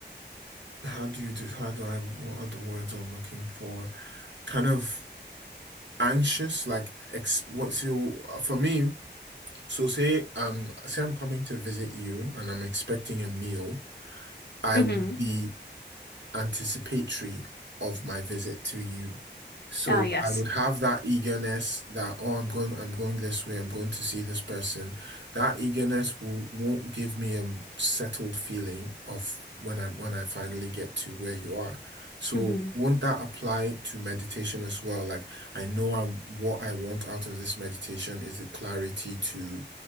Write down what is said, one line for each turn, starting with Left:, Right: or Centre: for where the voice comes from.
Right: how do you do how do I what are the words I'm looking for? Kind of anxious, like ex what so for me. So say um say I'm coming to visit you and I'm expecting a meal. I
Left: hmm
Right: would be anticipatory of my visit to you. Mm. So
Left: Oh, yes.
Right: I would have that eagerness that, oh, I'm going, I'm going this way, I'm going to see this person. That eagerness will, won't give me a settled feeling of when I when I finally get to where you are. So
Left: hmm
Right: won't that apply to meditation as well? Like I know I what I want out of this meditation is the clarity to